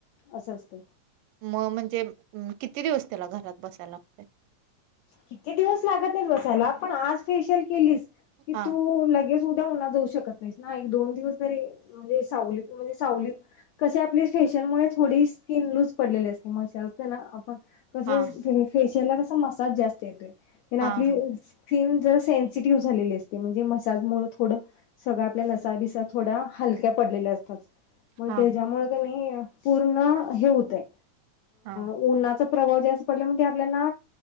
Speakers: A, on the left (about 80°); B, on the right (about 85°).
A: असं असतं
B: म म्हणजे किती दिवस त्याला घरात बसायला लागतय?
A: किती दिवस लागत नाहीत बसायला पण आज फेशियल केलीस की
B: हा
A: तू लगेच तू उद्या उन्हात जाऊ शकत नाहीस ना एक दोन दिवस तरी म्हणजे सावलीत म्हणजे सावलीत कशी आपली फेशियल मुळे थोडी स्किन लूज पडलेली असते मसाज तेनं आपण कस
B: हा
A: फेशियल ला कसं मसाज जास्त येतोय तेन आपली
B: हा हा
A: स्किन जरा सेन्सिटिव्ह झालेली असते म्हणजे मसाजमुळे थोडं सगळं आपल्या नसा बीसा थोड्या हलक्या पडलेल्या असत्यात मग
B: हा
A: त्याच्यामुळे कनी पूर्ण हे व्हतंय
B: हां.
A: उन्हानाचा प्रभाव जास्त पडल्यामुळ ते आपल्याना